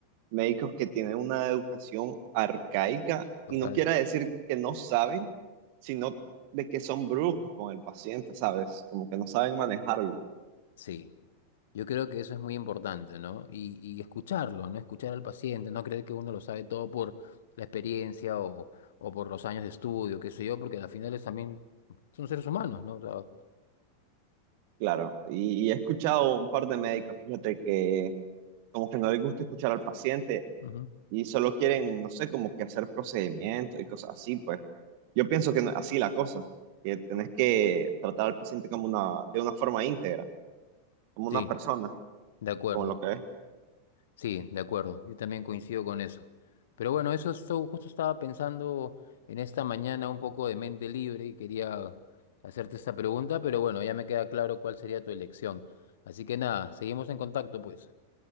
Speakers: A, on the right; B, on the left.
A: médicos que tienen una educación arcaica
B: total.
A: y no quiere decir que no saben, sino de que son bruscos con el paciente, ¿sabes? Como que no saben manejarlo,
B: Sí, yo creo que eso es muy importante, ¿no? Y, y escucharlo, ¿no? Escuchar al paciente, no creer que uno lo sabe todo por la experiencia o, o por los años de estudio, qué sé yo, porque al final es también son seres humanos, ¿no? O sea,
A: claro. Y, y he escuchado un par de médicos, fíjate, que como que no les gusta escuchar al paciente
B: ujú.
A: y solo quieren, no sé, como que hacer procedimientos y cosas así, pues yo pienso que no- así la cosa, que tenés que tratar al paciente como una, de una forma íntegra, como una
B: Sí,
A: persona,
B: de acuerdo.
A: como lo que es.
B: Sí, de acuerdo, yo también coincido con eso. Pero bueno, eso esto- justo estaba pensando en esta mañana un poco de mente libre y quería hacerte esta pregunta, pero bueno, ya me queda claro cuál sería tu elección. Así que nada, seguimos en contacto pues.